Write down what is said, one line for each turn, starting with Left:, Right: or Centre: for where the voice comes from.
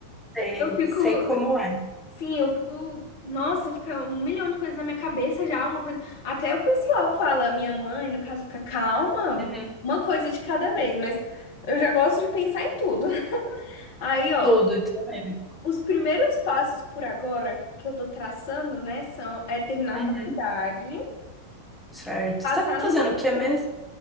Centre: Sei,
Left: Eu fico,
Centre: sei como é.
Left: sim, eu fico, nossa, fica um milhão de coisas na minha cabeça já, uma coisa. Até o pessoal fala, minha mãe, no caso, fica calma,
Centre: Uhum,
Left: uma coisa de cada vez, mas eu já gosto de pensar em tudo. <laughs> Aí, ó,
Centre: Tudo e também.
Left: os primeiros passos por agora que eu tô traçando, né, são é terminar
Centre: uhum,
Left: a faculdade.
Centre: Certo.
Left: Passar
Centre: Você tá
Left: num
Centre: fazendo
Left: concurso.
Centre: o que é mesmo?